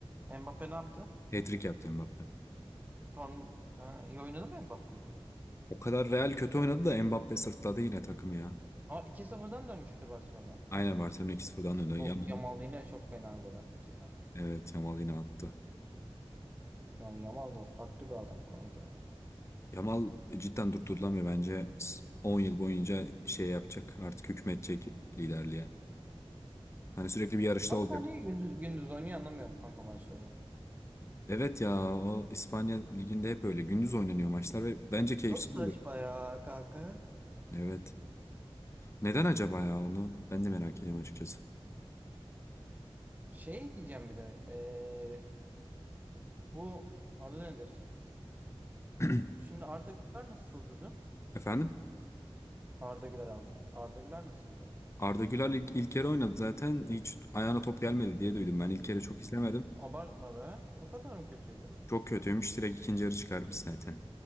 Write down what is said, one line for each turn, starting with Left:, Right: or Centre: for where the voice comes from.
Right: Mbappe ne yaptı?
Left: Hat-trick yaptı Mbappe.
Right: Son ha, iyi oynadı mı Mbappe?
Left: O kadar Real kötü oynadı da Mbappe sırtladı yine takımı ya.
Right: Ama iki sıfırdan dönmüş 0dan dönmüştü Barcelona.
Left: Aynen Barcelona iki 0dan öyle.
Right: Of
Left: Yamal,
Right: Yamal yine çok fena gol attı ya.
Left: evet Yamal yine attı.
Right: Yani Yamal da farklı bir adam kanka ya.
Left: Yamal cidden durdurulamıyor bence. on yıl boyunca şey yapacak. Artık hükmedecek liderliğe. Hani sürekli bir yarışta
Right: Ama
Left: olacak.
Right: da niye gündüz, gündüz oynuyor anlamıyorum kanka maçları.
Left: Evet ya o İspanya liginde hep öyle. Gündüz oynanıyor maçlar ve bence keyifsiz
Right: Çok saçma
Left: oluyor.
Right: ya kanka.
Left: Evet. Neden acaba ya onu ben de merak ediyorum açıkçası.
Right: Şey diyeceğim bir de. eee, bu adı nedir?
Left: <clears throat>
Right: Şimdi Arda Güler nasıldı dün?
Left: Efendim?
Right: Arda Güler aldı. Arda Güler nasıldı?
Left: Arda Güler ilk, ilk kere oynadı zaten. Hiç ayağına top gelmedi diye duydum. Ben ilk kere çok izlemedim.
Right: Abartma be. O kadar mı kötüydü?
Left: Çok kötüymüş. Direkt ikinci yarı çıkarmış zaten.